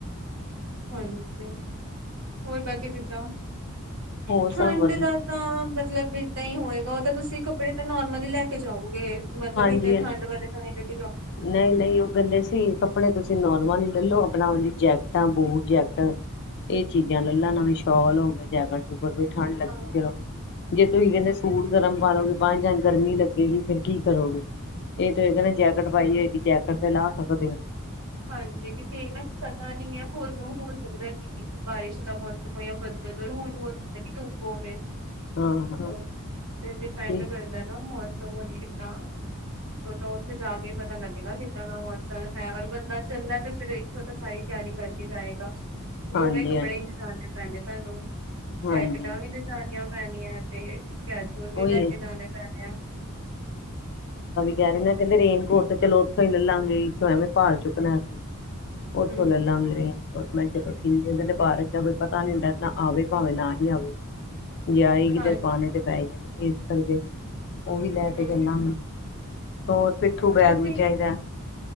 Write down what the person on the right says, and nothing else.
ਹਾਂਜੀ। ਹੋਰ ਬਾਕੀ ਜਿੱਦਾਂ। ਵਧੀਆ ਜੀ ਤੁਸੀਂ
ਦੱਸੋ? ਠੰਡ
ਦਾ ਤਾਂ, ਮਤਲਬ ਏਦਾਂ ਹੀ ਹੋਏਗਾ। ਉਹ ਤਾਂ ਤੁਸੀਂ ਕੱਪੜੇ ਬਣਨੇ ਲੈ ਕੇ ਜਾਊਗੇ। ਮਤਲਬ
ਇੰਨੇ ਠੰਡ ਵਾਲੇ ਸਮੇ ਦੇ ਹਨ।
ਹਾਂ
ਹਾਂਜੀ। ਕਿਉਂਕਿ ਇਹਨਾ ਪਤਾ ਨਹੀਂ ਹੈ। ਹੋਰ ਨੂੰ ਹੋ ਸਕਦਾ ਕਿ ਬਾਰਿਸ਼ ਦਾ ਮੌਸਮ ਹੋ ਜਾਂ ਸਕਦਾ ਹਾਂ। ਜਦੋਂ ਹੁਣ ਹੋ ਸਕਦਾ ਕਿ ਧੁੱਪ ਹੋਵੇ। ਹਾਂਜੀ।
ਇਹ ਡਿਪੈਂਡ
ਕਰਦਾ ਨਾ ਮੌਸਮ ਕਿਦਾਂ ਉਹ ਤਾਂ ਉੱਥੇ ਜਾ ਕੇ ਪਤਾ ਲੱਗੇਗਾ ਕਿੱਦਾਂ ਦਾ ਮੋਸਮ ਹੈ। ਤੇ ਬੰਦਾ ਚੱਲਣਾ ਫਿਰ ਇੱਥੋਂ ਤਾਂ ਸਾਰੀ ਤਿਆਰੀ ਕਰਕੇ ਜਾਏਗਾ। ਦੋਵੇਂ
ਕੱਪੜੇ
ਹੀ ਨਜਾਣੇ ਪੈਣੇ ਤੁਹਾਨੂੰ
ਜੈਕਟਾਂ ਵੀ ਲਿਜਣੀਆਂ ਪੈਣੀਆਂ ਤੇ ਕੈਜਵਲ ਵੀ
ਲੈ
ਕੇ ਜਾਣੇ ਪੈਣੇ ਆ।
ਹਮ
ਹਾਂ
ਹਮ
ਵੈਸੇ